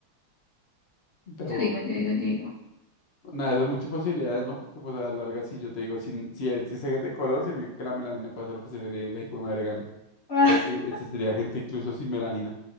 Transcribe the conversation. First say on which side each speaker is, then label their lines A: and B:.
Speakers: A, on the left (about 55°); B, on the left (about 40°).
A: Pero
B: Yo digo, yo digo, yo digo. <laughs>
A: nada, eso es muchas posibilidades, ¿no? Porque pues a la larga sí, yo te digo, si, si existe gente de color, significa que la melanina puede hacer lo que se le dé la hijo de madre gana.
B: Ah,
A: Este, este sería gente incluso sin melanina.